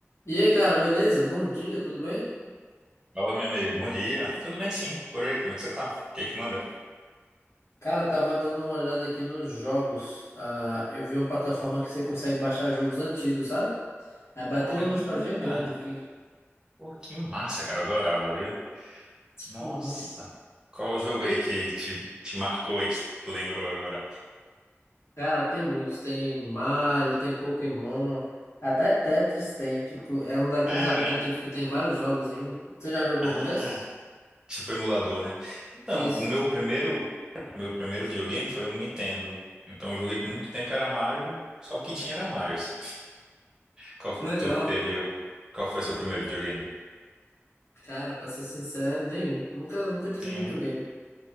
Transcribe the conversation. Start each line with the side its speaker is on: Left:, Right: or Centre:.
Left: E aí, cara, beleza? Bom dia, tudo bem?
Right: Fala, meu amigo. Bom dia. Tudo bem, sim. Por aí, como é que você tá? O que que manda?
Left: Cara, tava dando uma olhada aqui nos jogos. Ah, eu vi uma plataforma que você consegue baixar jogos antigos, sabe? Aí bateu
Right: Caramba!
Left: uma nostalgia grande aqui.
Right: Pô, que massa, cara. Eu adorava, viu? Nossa!
Left: Uhum.
Right: Qual o jogo
Left: E,
Right: aí que te, te marcou aí, que você lembrou agora?
Left: cara, tem muitos. Tem Mario, tem Pokémon, até Tetris tem. Tipo, é um daqueles
Right: Caramba!
Left: aplicativos que tem vários jogos em um. Você já jogou
Right: Ah,
Left: algum desses?
Right: tipo emulador, né? Então,
Left: Isso.
Right: o meu primeiro, o meu primeiro videogame foi um Nintendo. Então, eu joguei por muito tempo, era Mario, só o que tinha era Mario, assim. Qual, f-
Left: Legal.
Right: tu teve, algum- qual foi seu primeiro videogame?
Left: Cara, pra ser sincero, nenhum. Nunca, nunca tive
Right: Tem
Left: videogame.
Right: um,